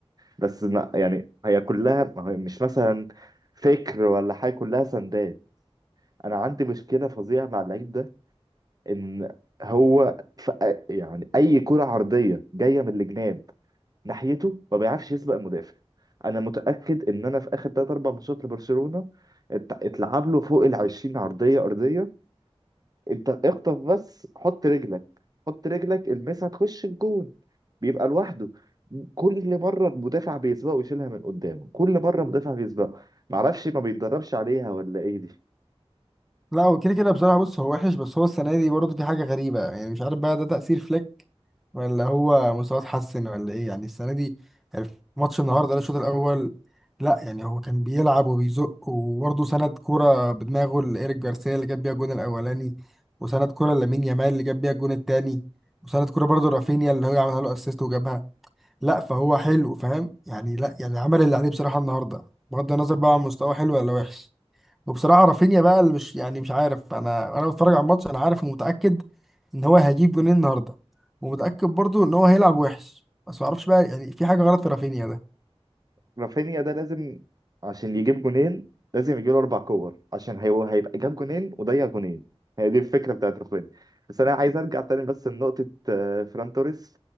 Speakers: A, on the right; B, in the centre.
A: بس ما يعني هي كلها ما هي مش مثلا فكر ولا حاجه كلها سندات انا عندي مشكله فظيعه مع اللعيب ده ان هو ف... يعني اي كره عرضيه جايه من الجناب ناحيته ما بيعرفش يسبق المدافع انا متاكد ان انا في اخر 3 4 ماتشات لبرشلونه ات- اتلعب له فوق ال 20 عرضيه ارضيه انت اخطف بس حط رجلك حط رجلك المسها تخش الجون بيبقى لوحده كل مره المدافع بيسبقه ويشيلها من قدامه كل مره مدافع بيسبقه معرفش ما بيتدربش عليها ولا ايه دي
B: لا هو كده كده بصراحه بص هو وحش بس هو السنه دي برضه في حاجه غريبه يعني مش عارف بقى ده تاثير فليك ولا هو مستواه اتحسن ولا ايه يعني السنه دي يعني في ماتش النهارده ده الشوط الاول لا يعني هو كان بيلعب وبيزق وبرضه سند كوره بدماغه لايريك جارسيا اللي جاب بيها الجون الاولاني وسند كوره لامين يامال اللي جاب بيها الجون التاني وسند كوره برضه رافينيا اللي هو عملها له اسيست وجابها لا فهو حلو فاهم يعني لا يعني عمل اللي عليه بصراحه النهارده بغض النظر بقى عن مستواه حلو ولا وحش وبصراحه رافينيا بقى اللي مش يعني مش عارف انا انا بتفرج على الماتش انا عارف ومتاكد ان هو هيجيب جونين النهارده ومتاكد برضو ان هو هيلعب وحش بس ما اعرفش بقى يعني في حاجه غلط في رافينيا ده
A: رافينيا ده لازم عشان يجيب جونين لازم يجيله اربع كور عشان هي- هيبقى جاب جونين وضيع جونين هي دي الفكره بتاعت رافينيا بس انا عايز ارجع تاني بس لنقطه آه، فران توريس